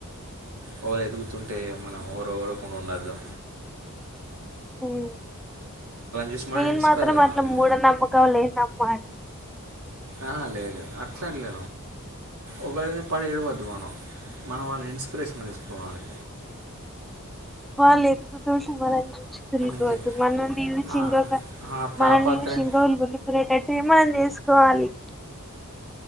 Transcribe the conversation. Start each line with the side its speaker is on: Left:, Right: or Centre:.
Right: ఎవరు ఎదుగుతుంటే మనం వరు రకుండా ఉండదు
Centre: పోవు
Right: చూసి మనం
Centre: నేను
Right: ఇన్స్పైర్
Centre: మాత్రం
Right: కావాలి
Centre: అట్లా మూఢ నమ్మకం లే నమ్మకం పాట్
Right: ఆ లేదులేదు అట్లాంటి లే ఒకవ పడేయవద్దు మనం మనం వాళ్ళని ఇన్స్పిరేషన్ తీసుకోవాలి
Centre: వాళ్లు ఇంకొక విషయంలో ఐనా
Right: కానీ
Centre: లుకోవద్దు
Right: ఇంకెక్-
Centre: మనల్ నీవుంకో
Right: ఆ- ఆ తాపత్రయం
Centre: మనల్ నీవు సింకోలు ఉలుకునేటట్టటు మనం చే సుకోవాలి